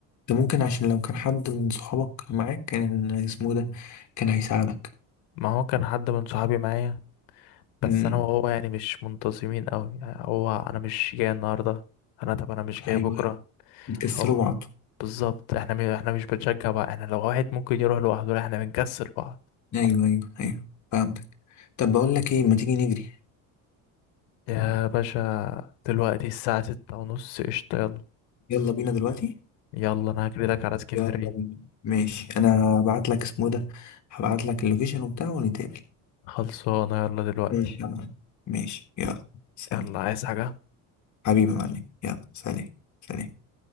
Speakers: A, on the left; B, on the left.
A: ده ممكن عشان لو كان حد من صحابك معاك كان اسمه ده كان هيساعدك
B: ما هو كان حد من صحابي معايا بس
A: امم
B: انا وهو يعني مش منتظمين قوي يعني هو انا مش جاي النهارده انا طب انا مش جاي
A: ايوه
B: بكره
A: ايوه بتكسروا
B: هو
A: بعض
B: بالظبط احنا م... احنا مش بنشجع بعض احنا لو واحد ممكن يروح لوحده لا احنا بنكسل بعض
A: ايوه ايوه ايوه فهمتك طب بقول لك ايه ما تيجي نجري
B: يا باشا دلوقتي الساعة ستة ونص قشطة يلا
A: يلا بينا دلوقتي
B: يلا انا هجري لك على اسكندرية
A: يلا بينا ماشي انا هبعت لك اسمه ده هبعت لك اللوكيشن وبتاع ونتقابل
B: خلصانة يلا دلوقتي
A: ماشي يلا ماشي يلا سلام
B: يلا عايز حاجة
A: حبيبي يا معلم يلا سلام سلام